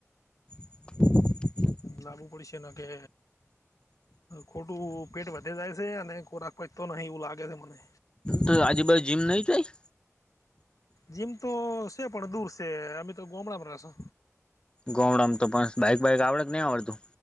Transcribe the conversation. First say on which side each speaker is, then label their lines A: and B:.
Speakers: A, on the left (about 20°); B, on the left (about 85°).
A: <inaudible>
B: લાવવુ પડસે ન કે ખોટું પેટ વધે જાય છે અને ખોરાક કોઈ તો નહીં એવું લાગે છે મને
A: તો આજૂ બાજ જીમ નહીં ચોય
B: જીમ તો છે પણ દૂર છે અમે તો ગોમડામાં રેછે
A: ગોમડામાં તો પણ બાઈક બાઈક આવડત નહીં આવડતું